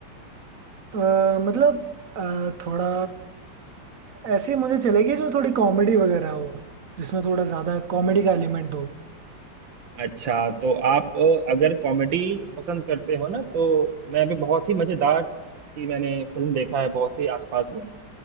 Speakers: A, on the right (about 45°); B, on the right (about 75°).
A: तो, अ, मतलब अ, थोड़ा ऐसी मुझे चलेगी जो थोड़ी कॉमेडी वगैरह हो जिसमें थोड़ा ज्यादा कॉमेडी का एलिमेंट हो
B: अच्छा तो आप अ, अगर कॉमेडी पसंद करते हो ना तो मैं भी बहुत ही मजेदार की मैंने फिल्म देखा है बहुत ही आसपास में